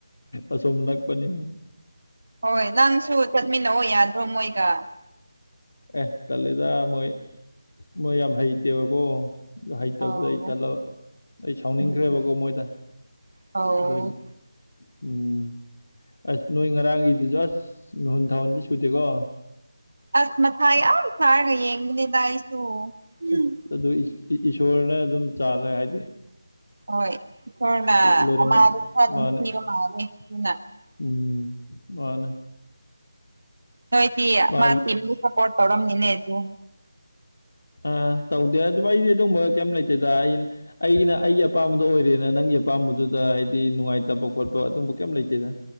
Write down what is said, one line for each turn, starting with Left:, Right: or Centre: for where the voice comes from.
Left: ꯑꯁꯣꯝ ꯅꯛꯄꯅꯤ
Right: ꯍꯣꯏ ꯅꯪꯁꯨ ꯆꯠꯃꯤꯟꯅꯑꯣ ꯌꯥꯗ꯭ꯔꯣ ꯃꯣꯏꯒ
Left: ꯑꯦ ꯇꯜꯂꯤꯗ ꯃꯣꯏ ꯃꯣꯏ ꯌꯥꯝ ꯍꯩꯇꯦꯕꯀꯣ ꯍꯩꯇꯕꯗꯨꯗ
Right: ꯑꯧ
Left: ꯑꯩ ꯇꯜꯂꯕ ꯑꯩ ꯁꯥꯎꯅꯤꯡꯈ꯭ꯔꯦꯕꯀꯣ
Right: ꯎꯝ
Left: ꯃꯣꯏꯗ
Right: ꯑꯧ
Left: ꯑꯗꯨꯒꯤ ꯎꯝ ꯑꯁ ꯅꯣꯏ ꯉꯔꯥꯡꯒꯤꯗꯨꯖꯨ ꯑꯁ ꯃꯤꯍꯨꯟ ꯊꯥꯍꯟꯗꯤ ꯁꯨꯗꯦꯀꯣ
Right: ꯑꯁ ꯃꯊꯥ ꯌꯥꯝ ꯁꯥꯔꯒ ꯌꯦꯡꯕꯅꯤꯗ ꯑꯩꯁꯨ ꯎꯝ
Left: ꯑꯁ ꯑꯗꯨ ꯏ ꯏꯁꯣꯔꯅ ꯑꯗꯨꯝ ꯆꯥꯜꯂꯦ ꯍꯥꯏꯗꯤ
Right: ꯍꯣꯏ ꯏꯁꯣꯔꯅ
Left: ꯂꯣꯏꯔꯝ
Right: ꯑꯃꯗꯨꯝ ꯈꯔ ꯅꯨꯡꯁꯤꯕ
Left: ꯃꯥꯅꯦ
Right: ꯃꯥꯜꯂꯦ ꯑꯗꯨꯅ
Left: ꯎꯝ ꯃꯥꯅꯦ
Right: ꯅꯣꯏꯗꯤ <unintelligible>
Left: ꯃꯥ
Right: ꯁꯞꯄꯣꯔꯠ ꯇꯧꯔꯝꯅꯤꯅꯦ ꯑꯗꯨ
Left: ꯑ ꯇꯧꯗꯦ ꯑꯗꯨ ꯑꯩꯗꯤ ꯑꯗꯨꯒꯨꯝꯕ ꯀꯩꯝ ꯂꯩꯇꯦꯗ ꯑꯩꯅ ꯑꯩꯅ ꯑꯩꯒꯤ ꯑꯄꯥꯝꯕꯗꯣ ꯑꯣꯏꯔꯦꯅ ꯅꯪꯒꯤ ꯑꯄꯥꯝꯕꯗꯨꯗ ꯍꯥꯏꯗꯤ ꯅꯨꯡꯉꯥꯏꯇꯕ ꯈꯣꯠꯄ ꯑꯗꯨꯕ ꯀꯩꯝ ꯂꯩꯇꯦꯗ